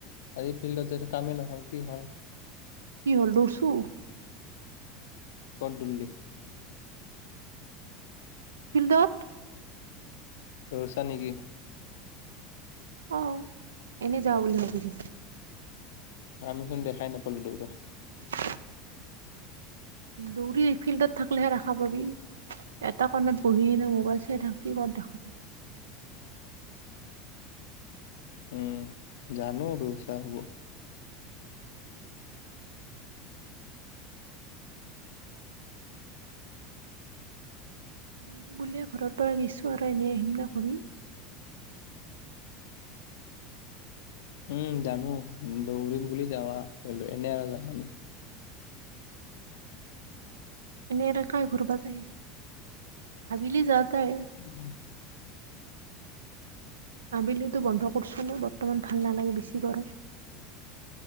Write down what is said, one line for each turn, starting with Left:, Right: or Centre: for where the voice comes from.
Left: আজি ফিল্ডত যটো কামেই নহল কি হল?
Right: কি হল দছো।
Left: কত দল্লি?
Right: ফিল্ডত।
Left: দৌৰিছা নেকি?
Right: অ এনে যাও বুলি ভাবিছ।
Left: আমি চোন দেখাই নাপালো দৌৰা।
Right: <unintelligible> দৌৰি ফিল্ডত থাকিলেহে দেখা পাবি। এটা কণত বহি কেনে মোবাইল চাই থাক বি কত দেখা পাব।
Left: উম জানো দচা হব।
Right: দৌৰো বুলিয়ে ঘৰৰ পৰা গৈছো আৰু এনেই আহিমনা ঘোৰি।
Left: উম জানো দৌৰিম বুলি যাবা এনে যাবা নেকি।
Right: এনেকা ঘোৰব যাই নি আবেলি যাওতে
Left: উম।
Right: আবেলিতো বন্ধ কৰিছো মই বৰ্তমান ভাল নালাগে বেছি গৰম।